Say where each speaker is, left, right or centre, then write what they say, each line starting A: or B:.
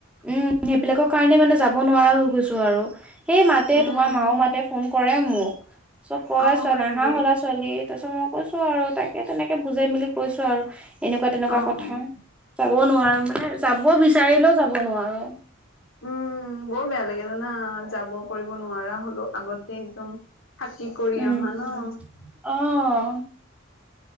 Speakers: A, in the centre; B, on the left.
A: উম সেইবিলাকৰ কাৰণে মানে যাব নোৱাৰা হৈ গৈছো আৰু সেই মাতে
B: উম
A: তোমাৰ মা মাতে ফোন কৰে মোক চ কয়
B: অ
A: চোৱা
B: হয়
A: নাহা
B: নেকি
A: হলা ছোৱালী তাৰ পিছত মই কৈছো আৰু তাকে তেনেকে বুজাই মেলি কৈছো আৰু এনেকুৱা তেনেকুৱা
B: অ
A: কথা
B: অ
A: যাব নোৱাৰো মানে যাব বিচাৰিলেও যাব নোৱাৰো
B: উম বৰ বেয়া লাগে জানা যাব কৰিব নোৱাৰা হলো আগতে একদম থাকাকি কৰি
A: উম,
B: অহা ন
A: অ',